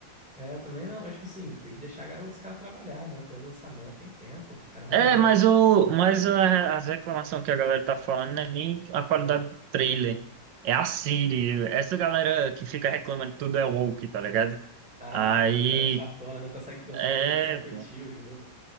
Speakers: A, in the centre; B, on the right.
A: é, eu também não. Mas, tipo assim, tem que deixar os caras trabalhar, né? Até o lançamento tem tempo, os caras melhoram.
B: É, mas o, mas a- as reclamações que a galera tá falando não é nem a qualidade do trailer. É a Siri. Essa galera que fica reclamando que tudo é woke, tá ligado?
A: Ah,
B: Aí,
A: pô, a galera chatona, não consegue gostar
B: é.
A: do. Só curtir o jogo.